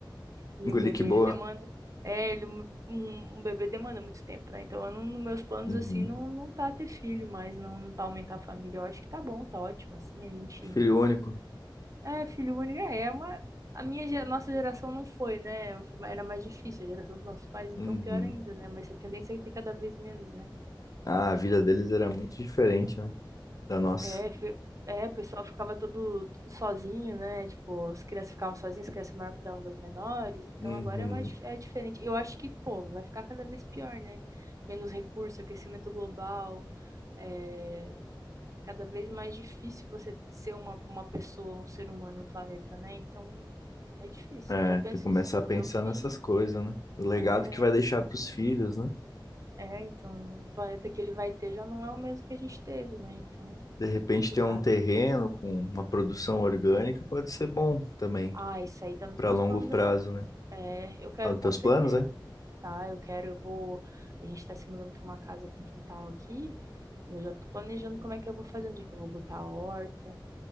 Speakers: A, on the right; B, on the left.
A: E
B: Engoli
A: um bebê,
B: que boa.
A: ele demanda. É, ele, um, um bebê demanda muito tempo, né? Então, eu não, nos meus planos,
B: Uhum.
A: assim, não, não tá ter filho, mas não, não tá aumentar a família. Eu acho que tá bom, tá ótimo, assim, a gente.
B: Filho único.
A: É, filho único é, é uma. A minha, ge- nossa geração não foi, né? Era mais difícil, a geração dos nossos pais, então
B: Uhum.
A: pior ainda, né? Mas a tendência é ter cada vez menos, né?
B: Ah, a vida deles era muito diferente, né? Da nossa.
A: É, fi- é, o pessoal ficava todo, tudo sozinho, né? Tipo, as crianças ficavam sozinhas, as crianças maiores cuidavam das menores. Então
B: Uhum.
A: agora é mais dif- é diferente. Eu acho que, pô, vai ficar cada vez pior, né? Menos recurso, aquecimento global. É cada vez mais difícil você ser uma, uma pessoa, um ser humano no planeta, né? Então é difícil.
B: É,
A: Eu já penso
B: tem que começar
A: isso pro
B: a pensar
A: meu filho.
B: nessas coisas, né? O legado
A: É,
B: que vai deixar para os filhos, né?
A: é, então o planeta que ele vai ter já não é o mesmo que a gente teve, né? Então,
B: De repente,
A: complicado.
B: ter um terreno com uma produção orgânica pode ser bom também,
A: Ah, isso aí tá nos
B: para
A: meus
B: longo
A: planos,
B: prazo,
A: eu quero.
B: né?
A: É, eu quero
B: Tá nos
A: com
B: teus
A: certeza,
B: planos, é?
A: tá? Eu quero, eu vou. A gente tá se mudando pra uma casa com quintal aqui, e eu já tô planejando como é que eu vou fazer, onde é que eu vou botar a horta,